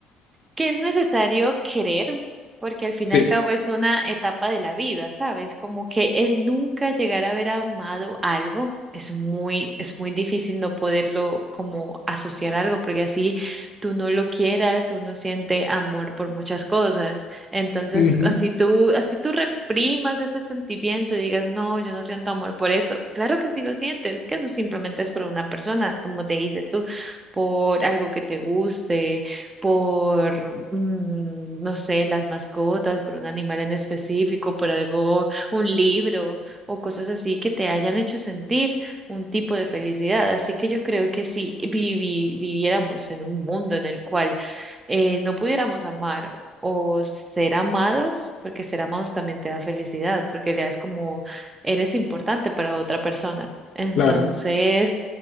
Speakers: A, on the right (about 30°); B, on the left (about 55°).
A: que es necesario querer, porque al fin
B: sí,
A: y al cabo es una etapa de la vida, ¿sabes? Como que el nunca llegar a haber amado algo es muy, es muy difícil no poderlo como asociar a algo, porque así tú no lo quieras, uno siente amor por muchas cosas. Entonces,
B: ujú,
A: así tú, así tú reprimas ese sentimiento y digas, no, yo no siento amor por eso. Claro que sí lo sientes, que no simplemente es por una persona, como te dices tú, por algo que te guste por, mm, no sé, las mascotas, por un animal en específico, por algo, un libro o cosas así que te hayan hecho sentir un tipo de felicidad. Así que yo creo que si vivi- viviéramos en un mundo en el cual eh, no pudiéramos amar o ser amados, porque ser amados también te da felicidad, porque le das como eres importante para otra persona. Entonces,
B: claro.